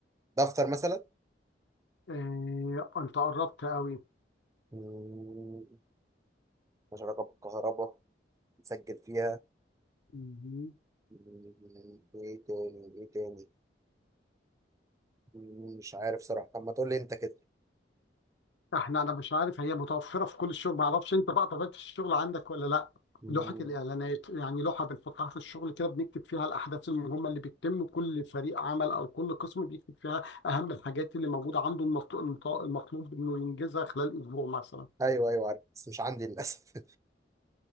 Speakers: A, on the right (about 20°); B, on the left (about 75°).
A: دفتر مثلا
B: إيه... أنت قربت قوي
A: مم، ملوش علاقة بالكهرباء نسجل فيها
B: مهم.
A: مم، ايه تاني ايه تاني مم، مش عارف صراحة طب ما تقول لي انت كده
B: إحنا أنا مش عارف هي متوفرة في كل الشغل معرفش أنت بقى طبيعة الشغل عندك ولا لا
A: مم،
B: لوحة الإعلانات يعني لوحة بنحطها في الشغل كده بنكتب فيها الأحداث المهمة اللي بتتم كل فريق عمل أو كل قسم بيكتب فيها أهم الحاجات اللي موجودة عنده المط- المط- المطلوب إنه ينجزها خلال أسبوع مثلا
A: ايوه ايوه عارف بس مش عندي للاسف <laughs>